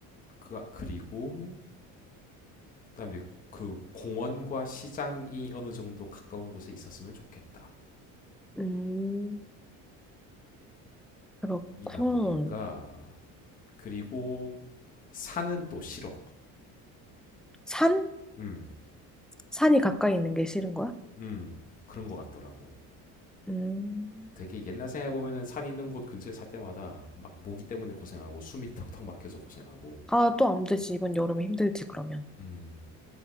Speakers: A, on the left; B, in the centre.
A: 그 아, 그리고 그다음에 그 공원과 시장이 어느 정도 가까운 곳에 있었으면 좋겠다.
B: 음, 그렇군.
A: 이다 보니까 그리고 산은 또 싫어.
B: 산?
A: 음,
B: 산이 가까이 있는 게 싫은 거야?
A: 음 그런 것 같더라고.
B: 음,
A: 되게 옛날 생각해 보면은 산 있는 곳 근처에 살 때마다 막 모기 때문에 고생하고 숨이 턱턱 막혀서 고생하고.
B: 아, 또 안 되지. 이번 여름에 힘들지, 그러면.
A: 음.